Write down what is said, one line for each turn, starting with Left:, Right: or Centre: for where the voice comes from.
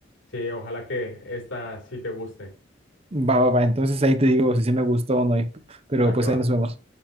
Left: Sí, ojalá que esta sí te guste.
Right: Va, va, va, entonces ahí te digo si sí me gustó o no, y- pero
Left: Va
Right: pues
Left: que
Right: ahí
Left: va.
Right: nos vemos.